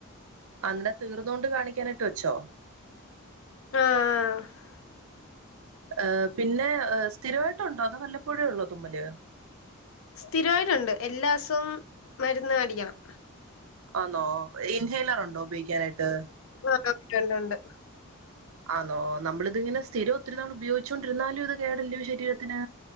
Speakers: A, on the right; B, on the left.
A: അന്നട്ട് തീർന്നൊണ്ട് കാണിക്കാനായിട്ട് വെച്ചോ
B: ആഹ് ആഹ്
A: ഏ് പിന്നെ സ്ഥിരമായിട്ടുണ്ടോ അതോ വല്ലപ്പോഴേ ഉള്ളോ തുമ്മല്
B: സ്ഥിരമായിട്ടുണ്ട് എല്ലാസവും മരുന്ന് മേടിക്കണം
A: ആന്നോ ഇൻഹേലർ ഉണ്ടോ ഉപയോഗിക്കാനായിട്ട്
B: ആ ഉണ്ട ഉണ്ട് ഉണ്ട്
A: ആണോ നമ്മളിത്ങ്ങനെ സ്ഥിരം ഒത്തിരി നാൾ ഉപയോഗിച്ചോണ്ടിുന്നാലും ഇത് കേടില്ലോ ശരീരത്തിന്